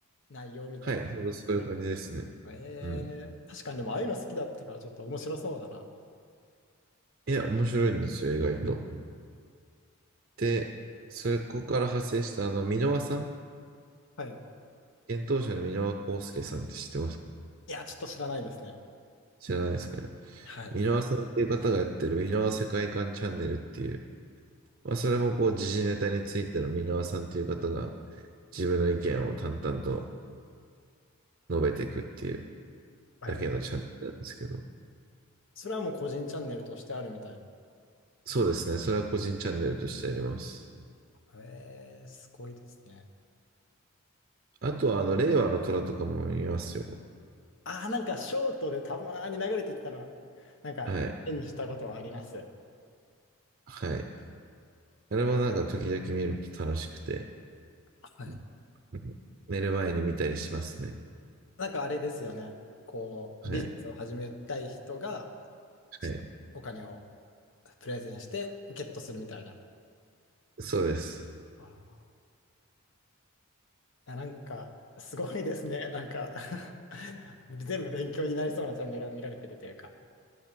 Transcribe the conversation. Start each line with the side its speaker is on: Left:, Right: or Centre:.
Left: 内容みたいな。
Right: はい、本当そういう感じですね。
Left: ですから。えー、
Right: うん。
Left: 確かにでもああいうの好きだったからちょっと面白そうだな。
Right: いや、面白いんですよ、意外と。で、それここから派生した、あの、箕輪さん、
Left: はい。
Right: 幻冬舎の箕輪康介さんって知ってますか
Left: いや、ちょっと知らないですね。
Right: 知らないですかね。
Left: はい。
Right: 箕輪さんっていう方がやってる箕輪世界観チャンネルっていう、まあ、それもこう時事ネタについての箕輪さんっていう方が自分の意見を淡々と述べていくっていうだけのチャンネルなんですけど、
Left: えー、それはもう個人チャンネルとしてあるみたいな。
Right: そうですね、それは個人チャンネルとしてあります。
Left: えー、すごいですね。
Right: あとは、あの、令和の虎とかも見ますよ。
Left: ああ、なんかショートでたまーに流れてきたの、なんか絵にしたことはあります。
Right: はい。はい。あれもなんか時々見ると楽しくて、
Left: はい。
Right: うん、寝る前に見たりしますね。
Left: なんかあれですよね。こう、
Right: はい。
Left: ビジネスを始めたい人が、ちょっとお金を
Right: はい。
Left: プレゼンしてゲットするみたいな。
Right: そうです。
Left: あーや、なんか、すごいですね。なんか <laughs> 全部勉強になりそうなチャンネルを見られてるというか。